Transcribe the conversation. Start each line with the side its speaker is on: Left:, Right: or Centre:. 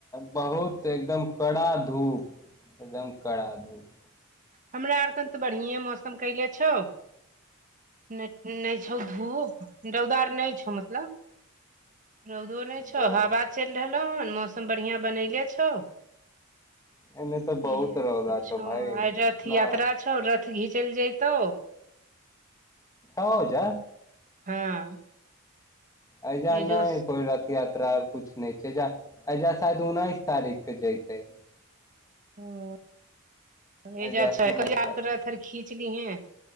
Left: बहुत एकदम कड़ा धूप एकदम कड़ा धूप
Right: हमरा आर स तऽ बढ़िए मौसम कइले छौ नय नय छौ धूप रौदा आर नय छौ मतलब रौदो नय छौ
Left: बहुत
Right: हवा चलि रहलौ हन मौसम बढ़ियांँ बनले छौ
Left: एने तऽ बहुत
Right: इह
Left: रौदा
Right: सब छौ
Left: भाय इतना
Right: आइ रथ यात्रा छौ रथ घिचल जतौ
Left: ओ छ छ
Right: हँ
Left: अहिजा
Right: एजो
Left: नय कोइ र यात्रा कुछ नय छै जा शायद उन्नैस तारीख के जते
Right: ह <unintelligible>
Left: एहिजा से उन्नैस तारीख
Right: खीच ली हैं